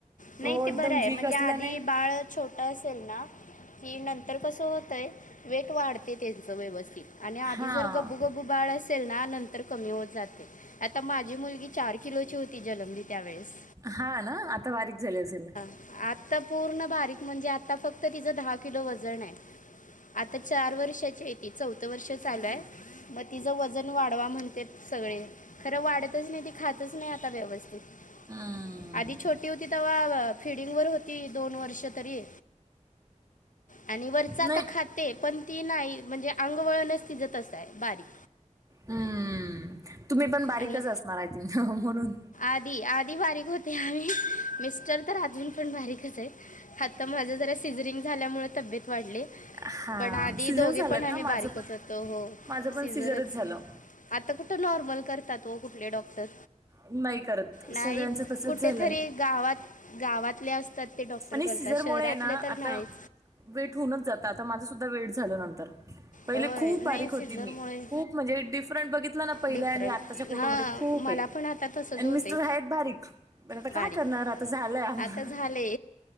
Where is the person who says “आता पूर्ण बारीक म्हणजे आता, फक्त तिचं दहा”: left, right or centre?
Left